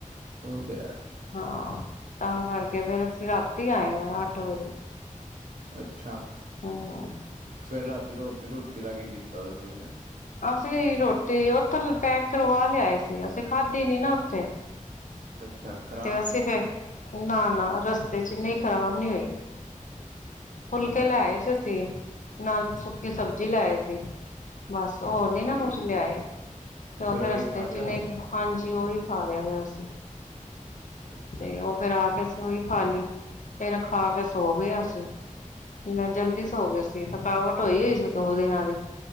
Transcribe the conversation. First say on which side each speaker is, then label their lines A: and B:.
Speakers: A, on the right; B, on the left.
A: ਓ ਤੇ ਹੈ।
B: ਹਾਂ ਤਾਂ ਕਰਕੇ ਫੇਰ ਅਸੀਂ ਰਾਤੀ ਆਏ ਹਾਂ ਅੱਠ ਵਜੇ।
A: ਅੱਛਾ
B: ਹੂੰ
A: ਫੇਰ ਰਾਤੀ ਰੋਟੀ, ਰੂਟੀ ਦਾ ਕੀ ਕੀਤਾ ਤੁਸੀਂ ਫਿਰ?
B: ਅਸੀਂ ਰੋਟੀ ਓਥੋਂ ਪੈਕ ਕਰਵਾ ਲਿਆਏ ਸੀ ਅਸੀਂ ਖਾਧੀ ਨੀ ਨਾ ਓਥੇ।
A: ਅੱਛਾ ਖਰ
B: ਤੇ ਅਸੀ ਫੇਰ ਨਾ, ਨਾ ਰਸਤੇ ਚ ਨਈ ਖ਼ਰਾਬ ਨਈ ਹੋਈ। ਫੁਲਕੇ
A: ਅੱਛਾ
B: ਲੈਏ ਸੀ ਅਸੀਂ ਨਾਲ ਸੁੱਕੀ ਸਬਜ਼ੀ ਲੈਏ ਸੀ। ਬਸ ਹੋਰ ਨੀ
A: ਠੀਕ
B: ਨਾ ਕੁਝ ਲਿਆਏ
A: ਠੀਕ
B: ਤੇ ਫੇਰ
A: ਉਹੀ
B: ਰਸਤੇ
A: ਖਾ ਲਿਆ
B: ਚ
A: ਹੋਏਗਾ
B: ਨਈ ਹਾਂਜੀ ਓਈ ਖਾ ਲਾਂਗੇ ਅਸੀਂ।
A: ਅੱਛਾ
B: ਤੇ ਓ ਫੇਰ ਆ ਕੇ ਅਸੀਂ ਓਈ ਖਾ ਲੀ ਫੇਰ ਖਾ ਕੇ ਸੋ ਗਏ ਅਸੀ ਨ ਜਲਦੀ
A: ਅੱਛਾ
B: ਸੋ ਗਏ ਸੀ ਥਕਾਵਟ ਹੋਈ ਹੋਈ ਸੀ ਦੋ ਦਿਨਾਂ ਦੀ।